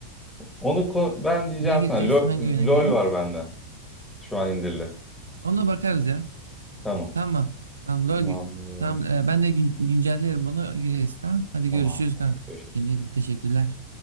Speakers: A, in the centre; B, on the right.
A: Onu ko- ben diyeceğim
B: Ne gireceğiz?
A: sana. Lo-
B: Hangi oyuna girelim?
A: LOL var bende. Şu an indirili.
B: Ona bakarız ya.
A: Tamam.
B: Tamam. Tamam. LoL
A: Tamamdır.
B: gi- tamam. e, ben de gün- güncellerim onu gireriz. Tamam. Hadi
A: Tamam.
B: görüşürüz
A: Tamam.
B: kanka.
A: Görüşürüz.
B: Kendine iyi bak. Teşekkürler.